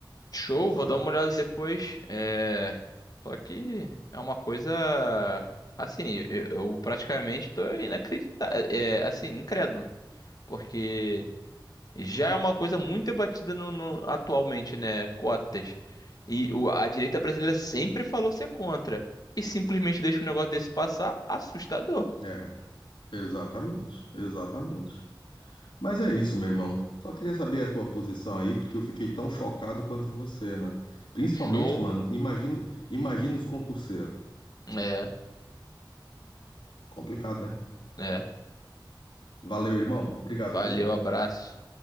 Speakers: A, on the left; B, on the left.
A: Show,
B: sabe?
A: vou dar uma olhada depois. É, só que é uma coisa. Assim, eu, eu praticamente tô inacreditado. É, assim, incrédulo. Porque. Já é uma coisa muito debatida no, no- atualmente, né? Cotas. E o- a direita brasileira sempre falou ser contra. E simplesmente deixa um negócio desse passar, assustador.
B: É, exatamente, exatamente. Mas é isso, meu irmão. Só queria saber a tua posição aí, porque eu fiquei tão chocado quanto você, né? Principalmente,
A: Show.
B: mano, imagino, imagino os concurseiros.
A: É,
B: Complicado, né?
A: é.
B: Valeu, irmão. Obrigado,
A: Valeu,
B: viu?
A: abraço.